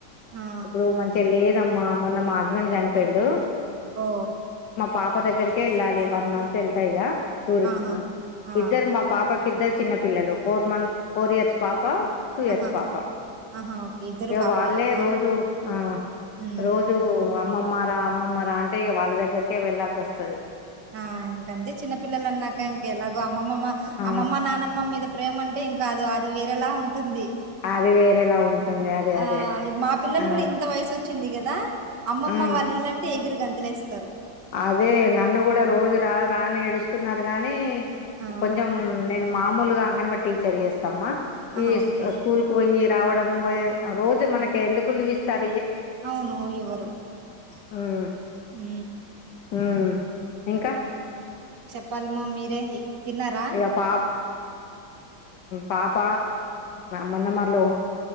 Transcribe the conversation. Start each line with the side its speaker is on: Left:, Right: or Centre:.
Right: ఆ
Left: ఇప్పుడు మంచిగా లేదమ్మా మొన్న మా హస్బెండ్ చనిపోఇండు
Right: ఓ
Left: పాప దగ్గరకే వెళ్ళాలి వన్ మంత్ వెళ్తాయి టూర్
Right: ఆహా
Left: క
Right: ఆ
Left: ఇద్దరు మా పాపకి ఇద్దరు చిన్న పిల్లలు ఫోర్ మంత్ ఫోర్ ఇయర్స్ పాప టూ ఇయర్స్
Right: ఆహా
Left: పాప
Right: ఆహా ఓకే ఇద్దరు
Left: ఇక
Right: పాపలేనా
Left: వాళ్ళే రోజు ఆ
Right: హ్మ్
Left: రోజు అమ్మమ్మ అమ్మమ్మరా అంటే వాళ్ళ దగ్గరకే వెళ్ళాల్సి వస్తది
Right: ఆ ఇంక అంతే చిన్న పపిల్లలు అన్నాక ఇంక ఎలా అమ్మమ్మమ్మ
Left: ఆ
Right: అమ్మమ్మ నానమ్మ మీద ప్రేమ అంటే ఇంకా అ అది వేరేలా ఉంటుంది
Left: అది వేరేలా ఉంటుంది అదే
Right: ఆ
Left: అదే
Right: మా పిల్లలు
Left: ఆ
Right: కూడా ఇంత వయసు వచ్చింది కదా అమ్మమ్మ
Left: ఉమ్
Right: వాళ్ళ ఇల్లుంటే ఎగురు గంతలేస్తారు
Left: అదే నన్ను కూడా రోజు రా రాని ఏడుస్తున్నారు గాని
Right: ఆ
Left: కొంచెం నేను మామూలుగా అంగని బడి టీచర్ చేస్తా మా
Right: ఆహా
Left: ఈ
Right: ఓకే
Left: స్కూల్ పోయి రావడం రోజు మనకి ఎందుకు లివ్ ఇస్తారు
Right: అవును ఇవరు
Left: హామ్
Right: ఉ
Left: హ ఇంకా
Right: ప్పల్ మ్మ మీరే తిన్నారా
Left: ఇక పాప్ పాప మన్నమలు